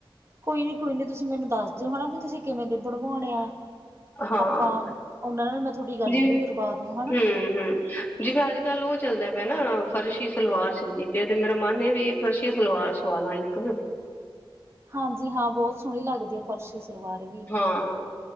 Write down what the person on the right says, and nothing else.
ਕੋਈ ਨੀ ਕੋਈ ਨੀ ਤੁਸੀਂ ਮੈਨੂੰ ਦੱਸ ਦਿਓ, ਹਨਾ ਵੀ ਤੁਸੀਂ ਕਿਵੇਂ ਦੇ ਬਣਵੋਣੇ ਆ।
ਅਪਾਂ ਓਨਾਂ ਨਾਲ ਮੈਂ ਥੋਡੀ ਗੱਲ
ਵੀ ਕਰਵਾ ਦੂੰ, ਹੈਨਾ।
ਹਾਂਜੀ ਹਾਂ, ਬੌਤ ਸੋਣੀ ਲੱਗਦੀ ਏ ਫਰਸ਼ੀ ਸਲਵਾਰ ਵੀ।